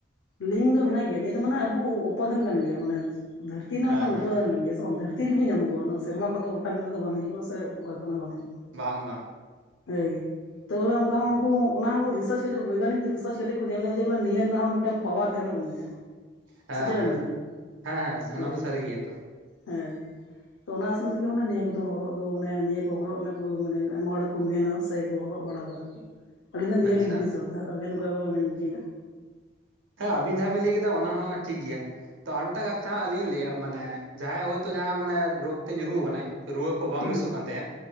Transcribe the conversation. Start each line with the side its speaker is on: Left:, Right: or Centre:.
Left: ᱞᱤᱝᱠ ᱫᱚ ᱢᱮᱱᱟᱜ ᱜᱮᱭᱟ ᱱᱤᱭᱟᱹ ᱫᱚ ᱢᱟᱱᱮ ᱟᱵᱚ ᱩᱯᱟᱫᱟᱱ ᱠᱟᱱ ᱜᱮᱭᱟ ᱢᱟᱱᱮ᱾ ᱫᱷᱟᱹᱨᱛᱤ ᱨᱮᱱᱟᱝ
Right: ᱦᱮᱸ
Left: ᱢᱤᱫᱴᱟᱝ
Right: ᱦᱮᱸ
Left: ᱩᱯᱟᱫᱟᱱ ᱠᱟᱱ ᱜᱮᱭᱟ ᱥᱮ ᱵᱟᱝ, ᱫᱷᱟᱹᱨᱛᱤ ᱨᱮᱜᱮ ᱧᱟᱢᱚᱜ-ᱟ᱾ ᱚᱱᱟ ᱥᱮᱨᱢᱟ ᱨᱮᱱᱟᱜ ᱫᱚ ᱚᱴᱟᱝ ᱠᱟ ᱠᱟᱛᱮᱫ ᱫᱚ ᱵᱟᱝ ᱦᱤᱡᱩᱜ-ᱟ ᱠᱟᱱᱟ ᱥᱮ ᱚᱠᱟ ᱚᱱᱟ ᱦᱚᱸ ᱵᱟᱝ ᱦᱤᱡᱩᱜ-ᱟ᱾
Right: ᱵᱟᱝ ᱵᱟᱝ
Left: ᱮᱭ, ᱛᱚ ᱚᱱᱮ ᱚᱝᱠᱟ ᱦᱚᱸ ᱩᱱᱠᱩ ᱚᱱᱟ ᱦᱚᱸᱠᱩ ᱨᱤᱥᱟᱨᱪ ᱠᱟᱛᱮ ᱵᱳᱭᱜᱟᱱᱤᱠ ᱜᱤ ᱨᱤᱥ ᱥᱟᱪ ᱠᱟᱛᱮ ᱠᱚ ᱧᱮᱞ ᱠᱟᱫᱟ ᱡᱮ ᱵᱚᱞᱮ ᱱᱤᱭᱟᱹ ᱨᱮᱱᱟᱜ ᱦᱚᱸ ᱢᱤᱫᱴᱟᱝ ᱯᱟᱣᱟᱨ ᱛᱟᱦᱮᱱᱚᱜ ᱠᱟᱱ ᱜᱮᱭᱟ᱾
Right: ᱦᱮᱸ
Left: ᱥᱮ ᱪᱮᱫ
Right: ᱦᱮᱸ
Left: ᱵᱮᱱ ᱢᱮᱱᱫᱟ?
Right: ᱦᱮᱸ ᱚᱱᱟ
Left: ᱦᱮᱸ
Right: ᱫᱚ ᱥᱟᱹᱨᱤ ᱜᱮᱭᱟ ᱛᱚ
Left: ᱦᱮᱸ᱾ ᱛᱚ ᱚᱱᱟ ᱛᱮᱜᱮ ᱚᱱᱮ ᱱᱤᱭᱟᱹ ᱠᱚᱫᱚ ᱦᱚᱨᱚᱜ ᱫᱚ ᱚᱱᱮ ᱱᱤᱭᱟᱹ ᱠᱚ ᱦᱚᱨᱚᱜ ᱨᱮᱱᱟᱜ ᱠᱚ ᱢᱟᱱᱮ ᱟᱭᱢᱟ ᱦᱚᱲ ᱠᱚ ᱢᱮᱱᱟ ᱥᱮᱠᱚ ᱦᱚᱨᱚᱜ ᱵᱟᱲᱟᱣ ᱠᱟᱫᱟ᱾ ᱟᱞᱤᱧ ᱫᱚ ᱱᱤᱭᱟᱹᱞᱤᱧ
Right: ᱟᱪᱪᱷᱟ
Left: ᱦᱩᱫᱤᱥᱚᱜ-ᱟ᱾ ᱟᱵᱮᱱ ᱚᱠᱟ ᱠᱚᱫᱚ ᱵᱮᱱ ᱤᱭᱟᱹᱭᱫᱟ?
Right: ᱦᱮᱸ ᱟᱵᱤᱱ ᱡᱟᱦᱟᱸ ᱵᱤᱱ ᱞᱟᱹᱭ ᱠᱮᱫᱟ ᱚᱱᱟ ᱦᱚᱸ ᱴᱷᱤᱠ ᱜᱮᱭᱟ᱾ ᱛᱚ ᱟᱨ ᱢᱤᱫᱴᱟᱝ ᱠᱟᱛᱷᱟ ᱟᱞᱤᱧ ᱞᱤᱧ ᱞᱟᱹᱭᱟ ᱢᱟᱱᱮ, ᱡᱟᱦᱟᱸᱭ ᱦᱳᱭᱛᱳ ᱡᱟᱦᱟᱸ ᱢᱟᱱᱮ ᱨᱳᱜ ᱛᱮ ᱧᱩᱨᱩ ᱠᱟᱱᱟᱭ ᱨᱩᱣᱟᱹ ᱠᱚ ᱵᱟᱝ
Left: ᱦᱩᱸ
Right: ᱵᱮᱥᱚᱜ ᱠᱟᱱ ᱛᱟᱭᱟ